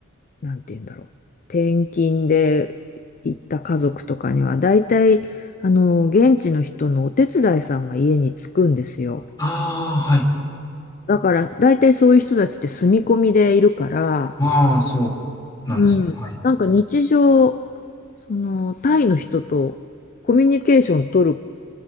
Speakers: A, on the left; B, on the left.
A: なんて言うんだろう。転勤で行った家族とかには、大体、あの、現地の人のお手伝いさんが家に着くんですよ。
B: ああ、はい。
A: だから、大体そういう人たちって住み込みでいるから、
B: ああ、そうなんですね。
A: うん。
B: はい。
A: なんか日常、その、タイの人とコミュニケーション取る